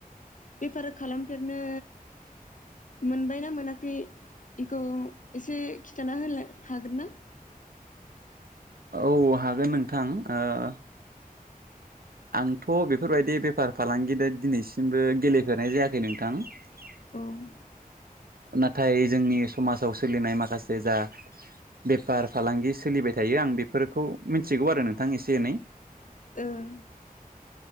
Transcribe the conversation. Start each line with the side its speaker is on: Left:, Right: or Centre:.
Left: बेफार खालामफेरनो मोनबायना मोनाखै? इखौ एसे खिथाना होलाय हागोन ना?
Right: औ हागोन नोंथां ओ आंथ बेफोरबायदि बेफार फालांगिद दिनैसिमबो गेलेफेरनाय जायाखै नोंथां ।
Left: औ ।
Right: नाथाय जोंनि समाजाव सोलिनाय माखासे जा बेफार फालांगि सोलिबाय थायो आं बेफोरखौ मिथिगौ आरो नोंथां एसे एनै ।
Left: ओं ।